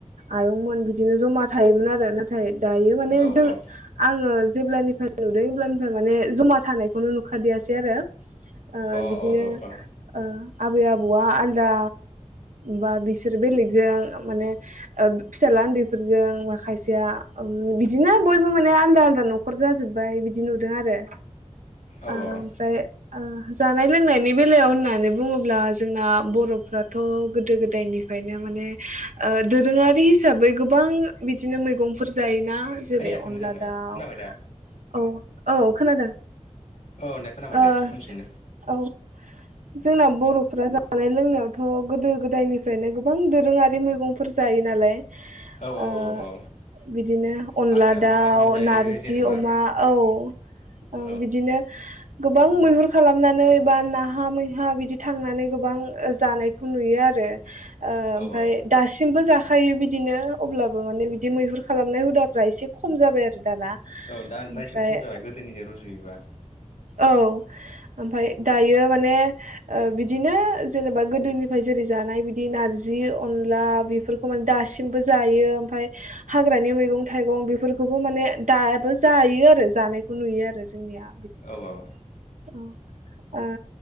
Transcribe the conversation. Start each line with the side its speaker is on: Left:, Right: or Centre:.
Right: आयंमोन बिदिनो जमा थायोमोन आरो ना थाय दायो माने
Left: औ
Right: जों
Left: औ
Right: आङो जेब्लानिफ्राय नुदों अब्लानिफ्राय माने जमा थानायखौनो नुखादियासै आरो ओ
Left: अ औ
Right: बिदिनो
Left: औ
Right: ओ आबै आब बौवा आलादा बा बिसोर बेलेगजों माने ओ फिसाला उन्दैफोरजों खायसेया बिदिनो बयबो माने आलदा आलदा नखर जाजोब्बाय बिदि नुदों आरो
Left: औ
Right: ओमफ्राय
Left: औ
Right: ओ जानाय लोंनायनि बेलायाव होननानै बुङोब्ला जोंना बरफ्राथ गोदो गोदायनिफ्रायनो माने ओ दोरोङारि हिसाबै गोबां बिदिनो मैगंफोर जायोना जेरै
Left: खोनायाखै
Right: अनला
Left: मोजाङै
Right: दाउ
Left: खोनाबाय दा
Right: औ औ खोनादों
Left: औ दा खोनाबाय
Right: ओ
Left: दे होनफिनदो
Right: औ जोंना बरफ्रा जानाय लोंनायावथ गोदो गोदायनिफ्रायनो गोबां दोरोङारिमोन गंफोर जायो नालाय
Left: औ
Right: ओ
Left: औ औ
Right: बिदिनो अनला
Left: हाग्रायाव
Right: दाउ
Left: मोननायखौबो जायो
Right: नारजि
Left: जेनेबा
Right: अमा औ ओं
Left: औ
Right: बिदिनो गोबां मैहुर खालामनानै बा नाहा मैहा बिदि थांनानै गोबां ओ जानायखौ नुयो आरो ओमफ्राय
Left: औ औ
Right: सिमबो जाखायो बिदिनो अब्लाबो माने बिदि मैहुर खालामनाय हुदाफ्रा एसे खम जाबाय आरो दाना
Left: औ दाना
Right: ओमफ्राय
Left: एसे खम जाबाय गोदोनिजों रुजुयोबा
Right: औ ओमफाय दायो माने ओ बिदिनो जेनेबा गोदोनिफ्राय जेरै जानाय बिदि नारजि अनला बेफोरखौ माने दासिमबो जायो ओमफाय हाग्रानि मैगं थाइगं बेफोरखौबो माने दाबो जायो आरो जानायखौ नुयो आरो जोंनिया
Left: औ औ
Right: औ ओ